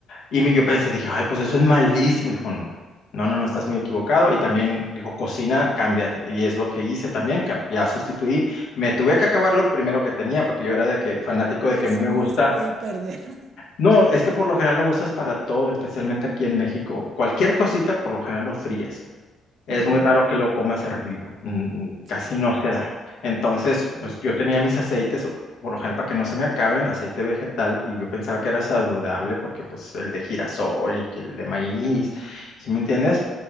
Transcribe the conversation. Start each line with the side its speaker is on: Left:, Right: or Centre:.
Left: Y me- yo pensé, dije, ay, pues eso es malísimo. Dijo, no, no, no, no, estás muy equivocado. Y también dijo, cocina, cámbiate. Y es lo que hice también, cam- ya sustituí. Me tuve que acabar lo primero que tenía, porque yo era de que fanático de
Right: Eso
Left: que me
Right: no
Left: gusta.
Right: se puede perder. <laughs>
Left: No, es que por lo general lo usas para todo, especialmente aquí en México. Cualquier cosita, por lo general lo fríes. Es
Right: Ujú,
Left: muy raro que lo coma servido, mm, casi
Right: Sí.
Left: no se da. Entonces,
Right: Sí.
Left: pues yo tenía mis aceites, por lo general para que no se me acaben, aceite vegetal, y yo pensaba que era saludable porque pues el de girasol y que el de maíz, ¿sí me entiendes?